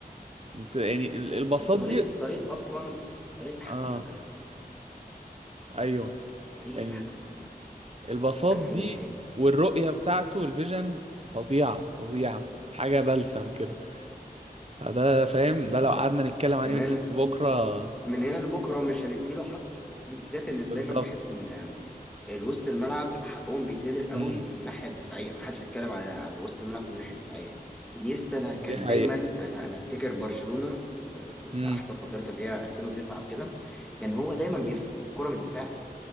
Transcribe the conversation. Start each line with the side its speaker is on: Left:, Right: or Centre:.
Right: بت- يعني ال- البساط
Centre: وطريقه
Right: دي
Centre: طريقه اصلا طريقه تحكم
Right: اه
Centre: في الملعب
Right: ايوه
Centre: طريقه
Right: يعني
Centre: تحكم في الملعب
Right: البساط
Centre: كانت عامله
Right: دي
Centre: ازاي
Right: والرؤية بتاعته الفيجن فظيعة فظيعة حاجة بلسم كده فده فاهم ده لو قعدنا نتكلم عليه
Centre: كمان
Right: من هنا لبكره
Centre: من هنا لبكره مش هنديله حق بالذات ان
Right: بالظبط
Centre: دايما بحس ان الوسط الملعب حقهم بيتهدر قوي
Right: امم
Centre: في الناحيه الدفاعيه ما حدش بيتكلم على على وسط الملعب في الناحيه الدفاعيه انيستا انا كان
Right: دي حقيقة
Centre: دايما انا انا افتكر برشلونه في, في, في
Right: امم
Centre: احسن فترتها اللي هي 2009 وكده كان هو دايما بيفتح كره من الدفاع